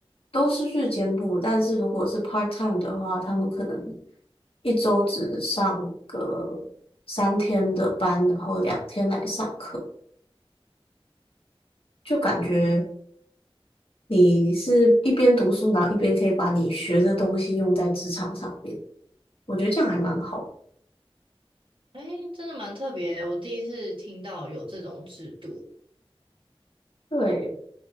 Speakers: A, on the left; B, on the right.
A: 都是日间部，但是如果是 part time 的话，他们可能一周只上个三天的班，然后两天来上课，就感觉你是一边读书，然后一边可以把你学的东西用在职场上面，我觉得这样还蛮好的。
B: 哎，真的蛮特别的我第一次听到有这种制度。
A: 对，